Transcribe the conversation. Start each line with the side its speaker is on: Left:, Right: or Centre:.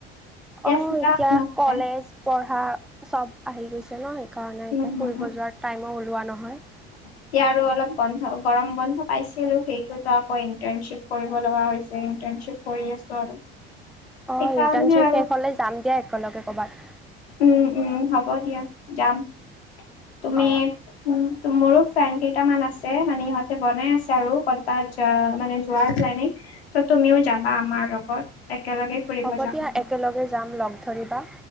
Centre: মোৰ
Left: ফুৰা
Centre: এতিয়া
Left: নহয়
Centre: কলেজ পঢ়া চব আহি গৈছে ন, সেইকাৰণে
Left: উম
Centre: এতিয়া ফুৰিব যোৱাৰ টাইমো ওলোৱা নহয়।
Left: <inaudible> এতিয়া আৰু অলপ গৰম বন্ধ পাইছিলো সেইটোতো আকৌ ইণ্টাৰ্ণশ্বিপ কৰিব লগা হৈছে ইণ্টাৰ্ণশ্বিপ কৰি আছো আৰু সেইকাৰণে
Centre: অ ইণ্টাৰ্শ্বিপ
Left: আৰু
Centre: শেষ হ'লে যাম দিয়া একেলগে ক'বাত।
Left: উম উম হ'ব দিয়া যাম তুমি
Centre: অঁ
Left: উম মোৰো ফ্ৰেণ্ড কেইটামান আছে মানে ইহঁতে বনাই আছে আৰু ক'তবা মানে যোৱাৰ প্লেনিং ত তুমিও যাবা আমাৰ লগত একেলগে। ফুৰিব
Centre: হ'ব
Left: যাম
Centre: দিয়া একেলগে যাম লগ ধৰিবা